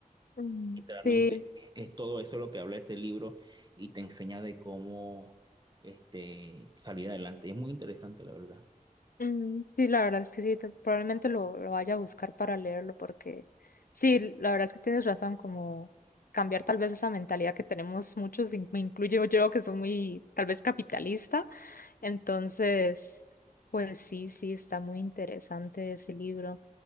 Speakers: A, on the left (about 85°); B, on the right (about 30°).
A: mm.
B: Literalmente
A: Sí,
B: e-, es todo eso lo que habla ese libro y te enseña de cómo este, salir adelante. Es muy interesante, la verdad.
A: Mm, sí, la verdad es que sí, te- probablemente lo, lo vaya a buscar para leerlo porque sí, la verdad es que tienes razón, como cambiar tal vez esa mentalidad que tenemos muchos, in- me incluyo yo, que soy muy tal vez capitalista. Entonces, pues sí, sí, está muy interesante ese libro.